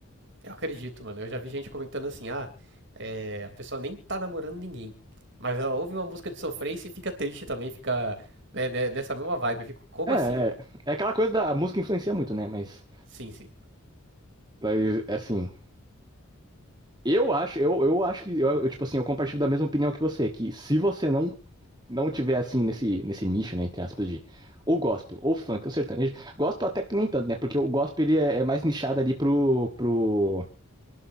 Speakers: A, on the right (about 55°); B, on the right (about 20°).
A: Eu acredito, mano. Eu já vi gente comentando assim, ah, é, a pessoa nem tá namorando ninguém. Mas ela ouve uma música de sofrência e fica triste também, fica né, né, nessa mesma vibe. Eu fico, como
B: É,
A: assim, mano?
B: é, é aquela coisa da a música influencia muito, né? Mas,
A: Sim, sim.
B: mas, assim... Eu acho, eu, eu acho que, eu, eu, tipo assim, eu compartilho da mesma opinião que você, que se você não não tiver, assim, nesse, nesse nicho, né, entre aspas, de ou gospel, ou funk, ou sertanejo, gospel até que nem tanto, né, porque o gospel, ele é, é mais nichado ali pro, pro,